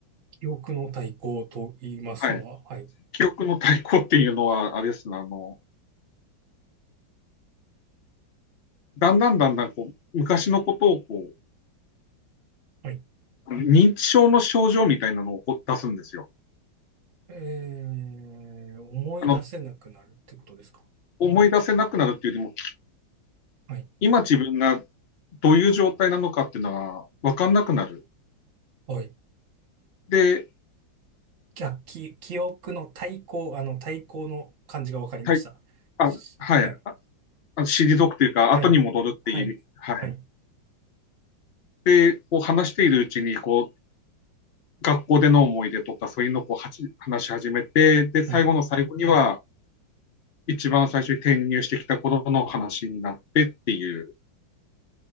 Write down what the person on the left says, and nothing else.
はい。
記憶の対抗っていうのは、あれですね、あの、だんだんだんだんこう昔のことをこ
う、認知症の症状みたいなのを出すんですよ。
あの、思い出せなくなるっていうよりも、
今自分がどういう状態なのかっていうのが分かんなくなる。
で、
はい、あ、
はい、あ退くというか、
後に戻るっていう意味、
はい。で、こう話しているうちに、こう、学校での思い出とか、そういうのをこうはち話し始めて、で、最後の最後には、
一番最初に転入してきた頃の話になってっていう